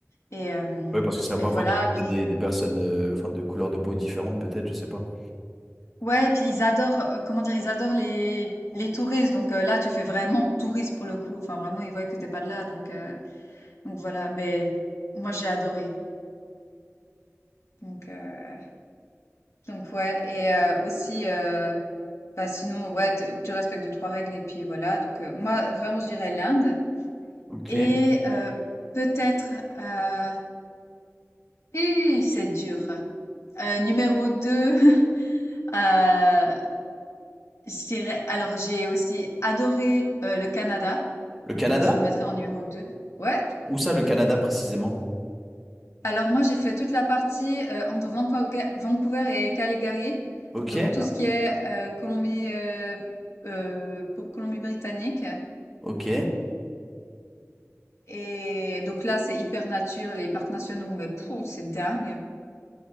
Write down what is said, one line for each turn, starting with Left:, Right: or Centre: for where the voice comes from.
Left: et euh,
Centre: Oui, parce que c'est la première
Left: et voilà,
Centre: fois qu'il
Left: puis
Centre: y a des, des personnes euh, enfin, de couleurs de peau différentes, peut-être, je sais pas.
Left: Ouais, puis ils adorent, euh, comment dire, ils adorent les, les touristes. Donc euh, là, tu fais vraiment touriste pour le coup. Enfin, vraiment, ils voient que t'es pas de là. Donc, euh, donc voilà. Mais moi, j'ai adoré. Donc, euh, donc ouais. Et euh, aussi, euh, bah sinon, ouais, t- tu respectes deux, trois règles. Et puis voilà. Donc euh, moi, vraiment, je dirais l'Inde.
Centre: Ok.
Left: Et euh, peut-être, euh, hi, c'est dur. Euh, numéro deux <laughs> euh, je dirais, alors j'ai aussi adoré euh, le Canada.
Centre: Le Canada?
Left: Donc, je le mettrais en numéro 2. Ouais.
Centre: Où ça, le Canada précisément?
Left: Alors, moi, j'ai fait toute la partie euh, entre Vancouver Vancouver et Calgary.
Centre: Ok.
Left: Donc, tout
Centre: Ah,
Left: ce qui est euh, Colombie, euh, euh, pour Colombie-Britannique.
Centre: Ok.
Left: Et donc là, c'est hyper nature, les parcs nationaux, mais pouh, c'est dingue.